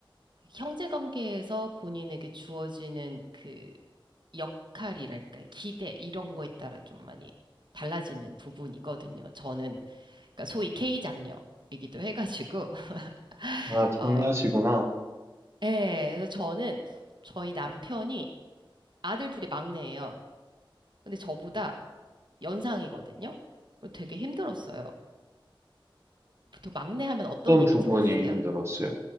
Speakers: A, on the right; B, on the right.
A: 형제 관계에서 본인에게 주어지는 그 역할이랄까 기대 이런 거에 따라 좀 많이 달라지는 부분이거든요. 저는 그러니까 소위 K 장녀이기도 해가지고 <laughs>
B: 아,
A: 어,
B: 장녀시구나.
A: 예, 그래서 저는 저희 남편이 아들 둘의 막내예요. 근데 저보다 연상이거든요. 되게 힘들었어요. 어, 보통 막내 하면 어떤
B: 어떤
A: 이미지가
B: 부분이
A: 있으세요?
B: 힘들었어요?